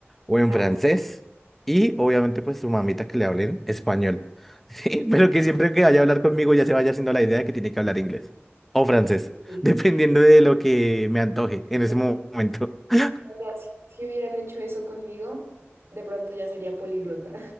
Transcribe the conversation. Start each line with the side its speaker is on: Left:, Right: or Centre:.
Centre: o en
Right: ah,
Centre: francés y obviamente pues su mamita que le hablen español, <laughs> ¿sí? Pero que siempre que vaya a hablar conmigo ya se vaya haciendo la idea de que tiene que hablar inglés o francés,
Right: sí.
Centre: <laughs> dependiendo de lo que me antoje en ese
Right: Uf,
Centre: mo- momento. <laughs>
Right: ahora, si, si hubieran hecho eso conmigo, de pronto ya sería políglota.